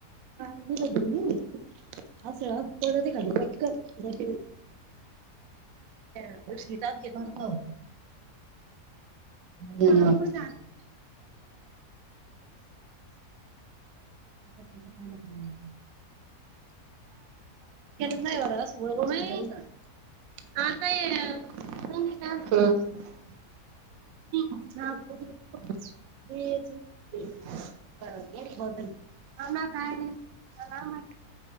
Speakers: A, on the right; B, on the right.
A: उदया देईन मी. असं तेवढं ते खाली पक्कन. <unintelligible> हेव शितात घेत
B: स्पर्धा
A: म.
B: होती ज्ञानी आणि वाक्यप्रचाराची
A: <unintelligible> <unintelligible> का <unintelligible> केलेच
B: प्रत्येकाचा पहिला क्रमांक
A: ना एवढं असं वळवळ मय हा काय <unintelligible> का? <unintelligible> ह. एवढी खोजनं हाव ना काय झाला म.